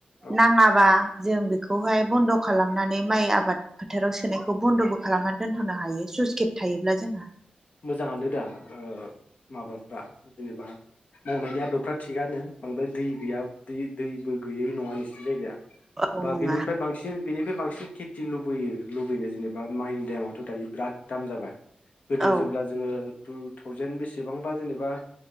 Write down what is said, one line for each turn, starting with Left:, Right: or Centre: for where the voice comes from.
Left: औ
Right: नाङाबा जों बेखौहाय बन्द' खालामनानै माइ आबाद फोथाराव सोनायखौ बन्द'बो खालामनानै दोनथ'नो हायो।
Left: <inaudible>
Right: स्लुइस गेट थायोब्ला जोंहा
Left: मोजाङानो दा ओ माबाफ्रा जेनेबा मावनायनि आदबफ्रा थिगानो बांद्राय दै गैया दै-दैबो गैयै नङा नोंसोरनि जायगाया।
Right: औ
Left: बा
Right: नङा
Left: बिनिफ्राय बांसिन बिनि बे बांसिन खेथि लुबैयो लुबैनो जेनेबा माइनि दामाथ' दायो दाम जाबाय गोदो
Right: औ
Left: जेब्ला जोङो टु थावजेेन बेसेबांबा जेनेबा